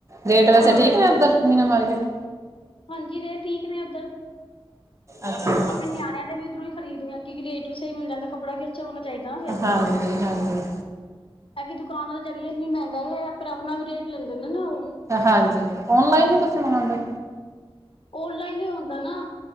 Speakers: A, on the right; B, on the left.
A: ਰੇਟ ਵੈਸੇ
B: ਹਾਂ
A: ਠੀਕ ਨੇ ਉੱਧਰ ਮੀਨਾ ਮਾਰਕੀਟ
B: ਹਾਂਜੀ ਰੇਟ ਠੀਕ ਨੇ ਉੱਧਰ
A: ਅੱਛਾ ਜੀ
B: ਆਪਣੇ ਨਿਆਣਿਆਂ ਦੇ ਵੀ ਉੱਧਰੋਂ ਹੀ ਖਰੀਦੀ ਆ ਕਿ ਰੇਟ ਵੀ ਸਹੀ ਮਿਲ ਜਾਂਦਾ ਕੱਪੜਾ ਵੀ ਛ ਹੋਣਾ ਚਾਹੀਦਾ ਨਾ ਫੇਰ
A: ਹਾਂਜੀ-ਹਾਂਜੀ
B: ਐ ਕਿ ਦੁਕਾਨਾਂ ਦੇ ਜ਼ੜਏ ਇੰਨੀ ਮਹਿੰਗੀ ਗਏ ਪਰ ਆਪਣਾ ਵੀ ਰੇਟ ਲੈਂਦੇ ਨੇ ਨਾ ਉਹ
A: ਹਾਂਜੀ ਓਨਲਾਈਨ ਹੀ ਤੁਸੀਂ ਮੰਗਵਾਉਂਦੇ।
B: ਓਨਲਾਈਨ ਹੁੰਦਾ ਨਾ।